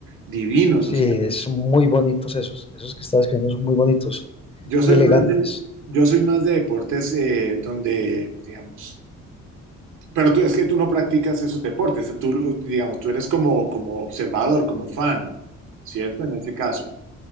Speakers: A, on the right; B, on the left.
A: divinos,
B: sí,
A: o
B: son muy bonitos esos. Esos que estás escribiendo son muy bonitos,
A: Yo
B: muy
A: soy
B: elegantes.
A: más de, yo soy más de deportes eh, donde, digamos, pero tú es que tú no practicas esos deportes, tú, digamos, tú eres como, como observador, como fan, ¿cierto? En ese caso,